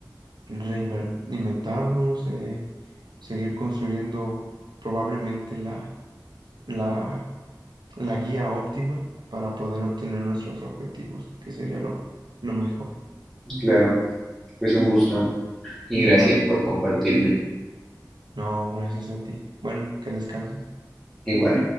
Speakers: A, on the right (about 80°); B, in the centre.
A: reinventarnos, eh, seguir construyendo probablemente la, la, la guía óptima para poder obtener nuestros objetivos, que sería lo, lo mejor.
B: claro. Pues un gusto y
A: Igual,
B: gracias
A: igual.
B: por compartirme.
A: No, gracias a ti. Bueno, que descanses.
B: Igual.